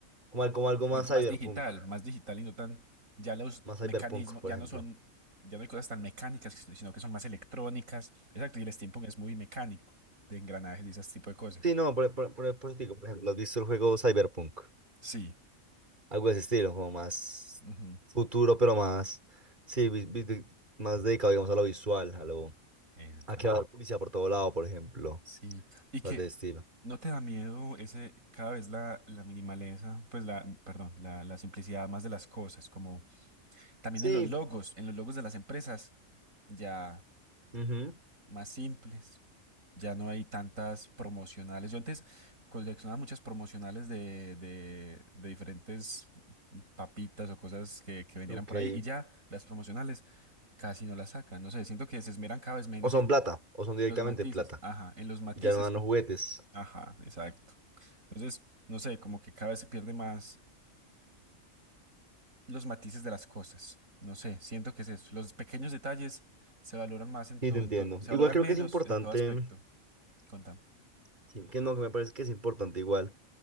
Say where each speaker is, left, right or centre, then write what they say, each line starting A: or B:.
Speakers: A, on the right; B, on the right.
A: como, al- como algo más
B: Algo
A: cyberpunk.
B: más digital, más digital y no tan, ya los
A: Más Cyberpunk,
B: mecanismos,
A: por
B: ya
A: ejemplo.
B: no son, ya no hay cosas tan mecánicas, si, sino que son más electrónicas. Exacto, y el steampunk es muy mecánico, de engranajes y ese tipo de cosas.
A: Sí, no, por, por, por, por eso te digo, por ejemplo, ¿has visto el juego Cyberpunk?
B: Sí.
A: Algo de ese estilo, como más
B: Ujú.
A: futuro, pero más, sí, vi- vi- de- más dedicado, digamos, a lo visual, a lo,
B: Epa.
A: a que va a haber policía por todo lado, por ejemplo,
B: Sí, y que
A: cosas de ese estilo.
B: no te da miedo ese, cada vez la, la minimaleza, pues la, perdón, la, la simplicidad más de las cosas, como también
A: Sí,
B: en los logos, en los logos de las empresas, ya
A: ujú,
B: más simples, ya no hay tantas promocionales. Yo antes coleccionaba muchas promocionales de, de, de diferentes papitas o cosas que, que vendieran
A: ok.
B: por ahí, y ya las promocionales casi no las sacan, no sé, siento que se esmeran cada vez menos
A: O son
B: en,
A: plata, o son
B: en
A: directamente
B: los matices,
A: plata.
B: ajá, en los matices,
A: Ya no dan
B: como
A: los juguetes.
B: Ajá, exacto. Entonces, no sé, como que cada vez se pierde más los matices de las cosas. No sé, siento que es eso. Los pequeños detalles se valoran más en
A: Sí,
B: todo,
A: te entiendo.
B: en to- se valoran
A: Igual creo
B: menos
A: que es importante,
B: en todo aspecto. Contame.
A: sí, que no, que me parece que es importante igual.